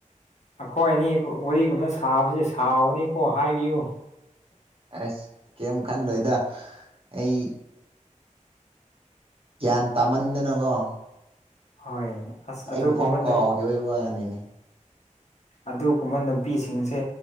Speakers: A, on the left (about 60°); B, on the right (about 45°).
A: ꯑꯩꯈꯣꯏ ꯑꯅꯤ ꯋꯥꯔꯤꯒꯨꯝꯕꯅ ꯁꯥꯕꯁꯦ ꯁꯥꯎꯕꯅꯤꯀꯣ ꯍꯥꯏꯕꯤꯌꯨ
B: ꯑꯁ ꯀꯩꯝ ꯈꯟꯂꯣꯏꯗ ꯑꯩ ꯒ꯭ꯌꯥꯟ ꯇꯥꯃꯟꯗꯅꯀꯣ
A: ꯍꯣꯏ ꯑꯁ
B: ꯑꯩꯕꯨ
A: ꯑꯗꯨꯒꯨꯝꯕ
B: ꯐꯥꯎ ꯀꯥꯎꯈꯤꯕꯒꯤ ꯋꯥꯅꯤꯅꯦ
A: ꯑꯗꯨꯒꯨꯝꯕ ꯅꯨꯄꯤꯁꯤꯡꯁꯦ